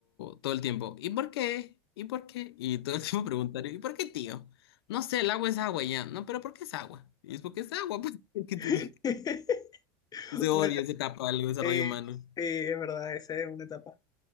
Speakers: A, on the left (about 85°); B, on the left (about 30°).
A: todo el tiempo, ¿y por qué? ¿Y por qué? Y todo el tiempo <laughs> preguntar, ¿y por qué, tío? No sé, el agua es agua y ya, no, pero ¿por qué es agua? Y es porque es agua, pues, <laughs> ¿qué
B: <laughs>
A: te digo? Entonces odio
B: Bueno,
A: esa etapa del desarrollo
B: eh,
A: humano.
B: eh, es verdad, esa es una etapa.